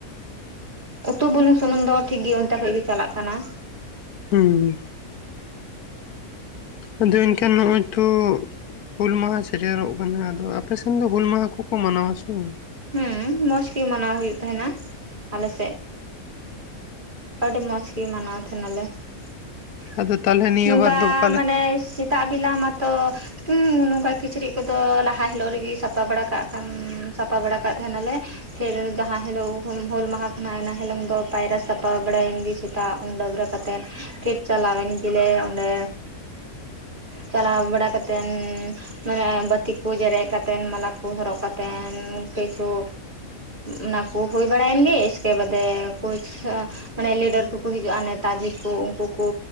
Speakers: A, on the right; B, on the left.
A: ᱩᱛᱩ ᱵᱩᱞᱩᱝ ᱥᱩᱱᱩᱢ ᱫᱚ ᱴᱷᱤᱠ ᱜᱮ ᱚᱱᱛᱮ ᱠᱷᱚᱡ ᱜᱮ ᱪᱟᱞᱟᱜ ᱠᱟᱱᱟ
B: ᱦᱩᱸ ᱟᱫᱚ ᱮᱱ ᱠᱷᱟᱱ ᱱᱚᱜᱼᱚᱭ ᱛᱳ ᱦᱩᱞ ᱢᱟᱦᱟᱸ ᱥᱮᱴᱮᱨᱚᱜ ᱠᱟᱱᱟ ᱟᱫᱚ ᱟᱯᱮ ᱥᱮᱱ ᱫᱚ ᱦᱩᱞ ᱢᱟᱦᱟ ᱠᱚ ᱠᱚ ᱢᱟᱱᱟᱣᱟ ᱥᱮ ᱵᱟᱝ
A: ᱦᱮᱸ ᱢᱚᱸᱡᱽ ᱜᱮ ᱢᱟᱱᱟᱣ ᱦᱩᱭᱩᱜ ᱛᱟᱦᱮᱱᱟ ᱟᱞᱮ ᱥᱮᱫ ᱟᱹᱰᱤ ᱢᱚᱸᱡᱽ ᱜᱮ ᱢᱟᱱᱟᱣ ᱛᱟᱦᱮᱸ ᱱᱟ ᱞᱮ <inaudible>
B: ᱟᱫᱚ ᱛᱟᱦᱚᱞᱮ ᱱᱤᱭᱟᱹ
A: ᱱᱚᱝᱠᱟ
B: ᱵᱟᱨ ᱫᱚ ᱚᱠᱟ ᱞᱮᱠᱟ
A: ᱢᱟᱱᱮ ᱥᱤ ᱛᱟᱜ ᱵᱮᱞᱟ ᱢᱟᱛᱚ ᱱᱚᱝᱠᱟ ᱠᱤᱪᱨᱤᱡ ᱠᱚ ᱫᱚ ᱞᱟᱦᱟ ᱦᱤᱞᱚᱜ ᱨᱮ ᱜᱮ ᱥᱟᱯᱟ ᱵᱟᱲᱟ ᱠᱟᱜ ᱠᱷᱟᱱ ᱥᱟᱯᱟ ᱵᱟᱲᱟ ᱠᱟᱜ ᱛᱟᱦᱮᱱ ᱟᱞᱮ ᱯᱷᱮᱨ ᱡᱟᱦᱟᱸ ᱦᱤᱞᱚᱜ ᱦᱩᱞ ᱢᱟᱦᱟ ᱠᱟᱱᱟ ᱮᱱᱟ ᱦᱤᱞᱚᱝ ᱫᱚ ᱯᱟᱭᱨᱟ ᱥᱟᱯ ᱥᱟᱯᱟ ᱵᱟᱲᱟ ᱮᱱ ᱜᱮ ᱥᱮᱛᱟᱜ ᱩᱢ ᱰᱟᱹᱵᱽᱨᱟᱹ ᱠᱟᱛᱮᱫ ᱯᱷᱤᱨ ᱪᱟᱞᱟᱣ ᱮᱱ ᱜᱮ ᱞᱮ ᱚᱸᱰᱮ ᱪᱟᱞᱟᱣ ᱵᱟᱲᱟ ᱠᱟᱛᱮᱱ ᱢᱟᱱᱮ ᱵᱟᱹᱛᱤ ᱠᱚ ᱡᱮᱨᱮᱫ ᱠᱟᱛᱮᱱ ᱢᱟᱞᱟ ᱠᱚ ᱦᱚᱨᱚᱜ ᱠᱟᱛᱮᱱ ᱠᱤᱪᱷᱩ ᱚᱱᱟ ᱠᱚ ᱦᱩᱭ ᱵᱟᱲᱟ ᱮᱱ ᱜᱮ ᱤᱥᱠᱮ ᱵᱟᱫᱮ ᱠᱩᱪᱷ ᱢᱟᱱᱮ ᱞᱤᱰᱟᱹᱨ ᱠᱚ ᱠᱚ ᱦᱤᱡᱩᱜᱼᱟ ᱱᱮᱛᱟ ᱡᱤ ᱠᱚ ᱩᱱᱠᱩ ᱠᱚ